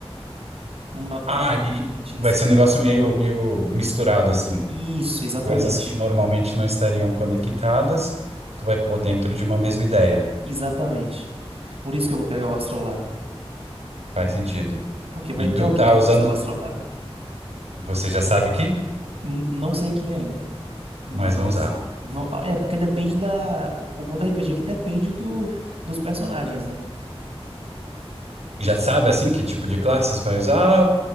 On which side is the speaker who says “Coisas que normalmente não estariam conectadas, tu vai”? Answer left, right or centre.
Right